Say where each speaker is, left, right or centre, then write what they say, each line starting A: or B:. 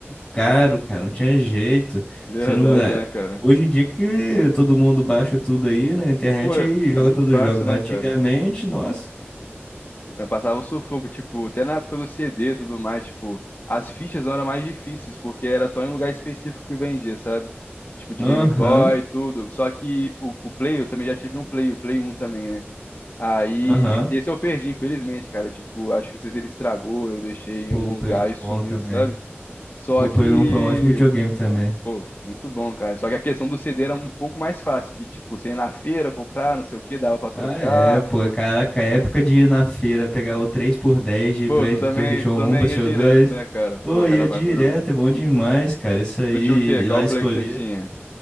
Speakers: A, on the left; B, on the left.
A: caro, cara, não tinha jeito.
B: Verdade,
A: Você não. é,
B: né, cara?
A: Hoje em dia que todo mundo baixa tudo aí né, na internet
B: Pô, é
A: aí joga
B: muito
A: todo
B: fácil,
A: jogo, mas
B: né,
A: antigamente,
B: cara?
A: nossa.
B: Eu passava sufoco, tipo, até na época do CD e tudo mais, tipo, as fichas eram mais difíceis, porque era só em um lugar específico que vendia, sabe? Tipo, de
A: Aham,
B: Game Boy e tudo. Só que o, o Play, eu também já tive um Play, o Play um também, né? Aí,
A: aham.
B: esse eu perdi, infelizmente, cara. Tipo, acho que não sei se ele estragou, eu deixei
A: Pô,
B: em algum
A: o Play
B: lugar
A: um
B: e sumiu,
A: bom também.
B: sabe? Só
A: Pô, o
B: que,
A: Play um foi um ótimo videogame também.
B: pô, muito bom, cara. Só que a questão do CD era um pouco mais fácil, que, tipo, você ia na feira, comprar, não sei o que, dava pra
A: Ah,
B: trocar.
A: é, pô, caraca, a época de ir na feira pegar o três por dez de,
B: Pô,
A: Play-
B: tu também,
A: de PlayStation
B: tu
A: um,
B: também
A: PlayStation
B: ia direto,
A: dois,
B: né, cara?
A: Pô,
B: Pô, era
A: ia direto,
B: maneirão.
A: é bom demais, cara. Isso aí,
B: Tu tinha o quê?
A: ir
B: Qual
A: lá
B: o
A: escolher.
B: play que você tinha?